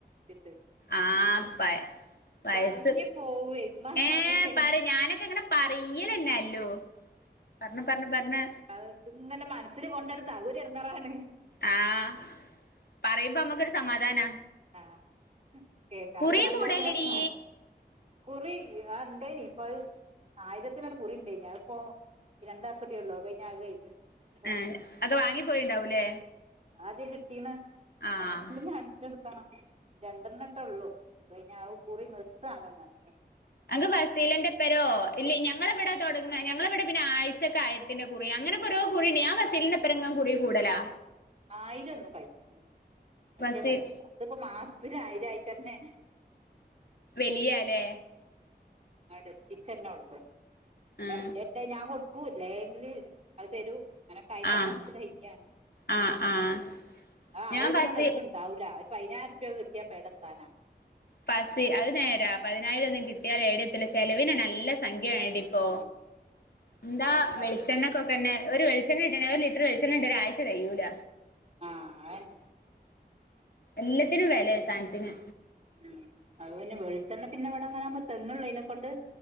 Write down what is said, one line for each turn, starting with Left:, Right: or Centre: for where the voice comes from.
Right: <unintelligible>
Left: ആഹ പൈസ
Right: പറഞ്ഞ് പോവേ ഇമ്മാതിരി
Left: ഏ പറയ് ഞാനൊക്കെ ഇങ്ങനെ പറയ്ലന്നെല്ലോ പറഞ്ഞ് പറഞ്ഞ് പറഞ്ഞ്
Right: അത് ഇങ്ങനെ മനസ്സിൽ കൊണ്ടിരുന്ന് അതൊരു ഇടങ്ങാറാണ്
Left: ആഹ പറയുമ്പോ നമ്മുക്കൊരു സമാധാനാ
Right: ആഹ കേക്കാനൊരാൾണ്ടായാലും
Left: കുറി കൂടല്ലടീ
Right: കുഴപ്പാ കുറി ഇണ്ടേയിനി ഇപ്പം അത് ആയിരത്തിന്റെരു കുറിണ്ടായിരുന്നു അത് ഇപ്പോ രണ്ടാസം കൂടിയേയള്ളൂ അത് കഴിഞ്ഞാൽ അത് കഴിഞ്ഞ് ഇപ്പൊ
Left: ആ അത് വാങ്ങി പോയിണ്ടാവൂലേ
Right: അതെ കിട്ടീണ്
Left: ആഹ്
Right: <unintelligible> രണ്ടെണ്ണംട്ടെ ഉള്ളൂ അത് കഴിഞ്ഞ അവൻ കുറി നിർത്താണെന്ന് അറിഞ്ഞ്
Left: അനക്ക് ഫസീലന്റെപേരോ ഇല്ല ഞങ്ങളെവിടെ തുടങ്ങ ഞങ്ങളെവിടെ പിന്നെ ആഴ്ചക്ക് ആയിരത്തിന്റെ കുറി അങ്ങനെ ഇൻക്ക് ഓരോ കുറിയിണ്ട് ഞാന്‍ ഫസീലിന്റെപ്പറങ്ങനെ കുറി കൂടലാ
Right: ആയിരം ഒന്നും കഴില്ല ആഴ്ച
Left: ഫസീൽ
Right: കഴി ല്ല അതിപ്പോ മാസത്തിന് ആയിരം ആഴച തന്നെ
Left: വലിയാല്ലേ
Right: അവിടെ എത്തിച്ചന്നെള്ളൂ പിന്നെ
Left: ആഹ്
Right: എന്റെടെത്ത് ഞാൻ കൊടുക്കൂല്ലെങ്കില് അത് തരൂ അങ്ങനക്കായിട്ട്
Left: ആഹ്
Right: അങ്ങനെ കയ്യാണ്
Left: ആഹ് ആഹ്
Right: ആ
Left: ഞാൻ
Right: ആയിരത്തിനോട്
Left: ഫസീ
Right: ഒന്നും ഉണ്ടാവൂല ഒരു പതിനായിം രുപ കൃട്ടിയ പേടത്താനാണ്
Left: പസി അത് നേരാ പതിനായിരം ഒന്നും കിട്ടിയൽ എട ക്കെല്ല ചെലവിന് നല്ല സംഖ്യ വണ്ടെ ഇപ്പോ
Right: ആഹ്
Left: എന്താ
Right: അത് പിന്നെ
Left: വെളിച്ചെണ്ണക്കൊക്കെ പിന്നെ ഒരു വെളിച്ചണ്ണ കിട്ടണെ ഒരു ലിറ്റർ വെിളിച്ചെണ്ടെങ്കിൽ ഒരാഴ്ച തികയൂല
Right: ആഹ് അഹന്നെ
Left: എല്ലത്തിനും വെലെ സാൻത്തിന്
Right: ഉം അത് പിന്നെ വെളിച്ചെണ്ണ പിന്നെ ഇവിടെ അങ്ങനെ അങ്ങ് തെങ്ങുള്ളതിനെ ക്കൊണ്ട്